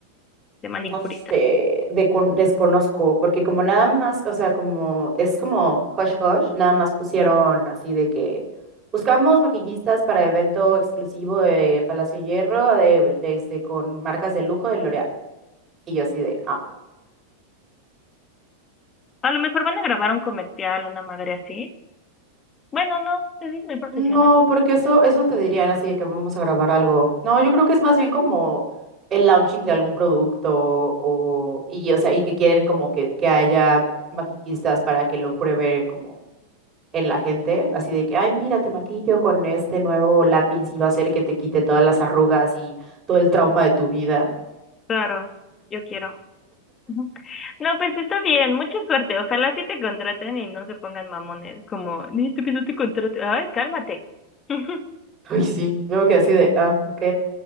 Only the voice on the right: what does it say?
no sé, de con- desconozco, porque como nada más, o sea, como es como hush hush, nada más pusieron así de que buscamos maquillistas para evento exclusivo de Palacio de Hierro, de, de este, con marcas de lujo de L'Oreal. Y yo así de, ah,
No, porque eso, eso te dirían así de que vamos a grabar algo. No, yo creo que es más bien como el launching de algún producto o, y, o sea, y que quieren como que, que haya maquillistas para que lo pruebe como en la gente, así de que, ay, mira, te maquillo con este nuevo lápiz y va a hacer que te quite todas las arrugas y todo el trauma de tu vida.
Ay, sí, yo me quedé así de, ah, ok.